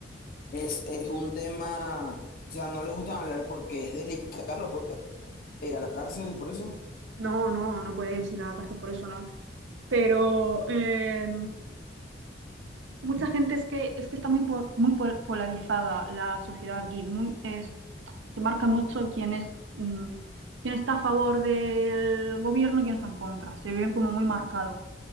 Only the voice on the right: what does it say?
no, no, no puedes ir a la cárcel por eso, no. Pero eh, mucha gente es que es que está muy po- muy po- polarizada la sociedad aquí, muy es se marca mucho quién es mm, quién está a favor del gobierno y quién está en contra. Se ve como muy marcado.